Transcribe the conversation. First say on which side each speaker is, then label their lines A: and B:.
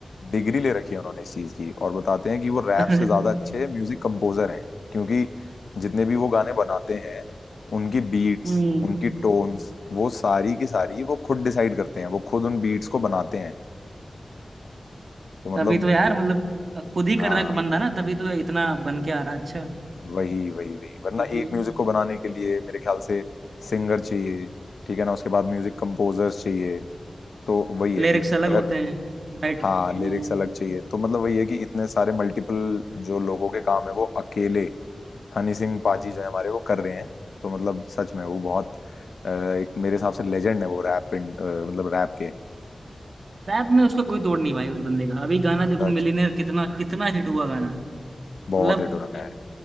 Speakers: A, on the left; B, on the right.
A: डिग्री ले रखी है उन्होंने इस चीज की और बताते हैं कि वो रैप
B: अरे,
A: से ज्यादा अच्छे म्यूजिक कंपोजर हैं क्योंकि जितने भी वो गाने बनाते हैं उनकी बीट्स
B: हम्म
A: उनकी टोन्स वो सारी की सारी वो खुद डिसाइड करते हैं वो खुद उन बीट्स को बनाते हैं तो मतलब
B: तभी तो यार मतलब खुद ही कर
A: हाँ
B: रहा है बंदा ना तभी तो इतना बन के आ रहा है अच्छा
A: वही वही वही वरना
B: क्योंकि
A: एक म्यूजिक को बनाने के लिए मेरे ख्याल से सिंगर चाहिए ठीक है ना उसके बाद म्यूजिक कंपोजर्स चाहिए तो वही है
B: लिरिक्स
A: कि
B: अलग
A: अगर
B: होते हैं राइट
A: हाँ
B: हम्म
A: लिरिक्स अलग चाहिए तो मतलब वही है कि इतने सारे मल्टीपल जो लोगों के काम है वो अकेले हनी सिंह पाजी जो है हमारे वो कर रहे हैं तो मतलब सच में वो बहुत अ, एक मेरे हिसाब से लेजेंड है वो रैप मतलब रैप के
B: रैप में उसका कोई तोड़ नहीं भाई उस बंदे का अभी गाना देखो
A: सच
B: मिलीनियर
A: में
B: कितना कितना हिट हुआ गाना
A: बहुत
B: मतलब
A: हिट हो रखा है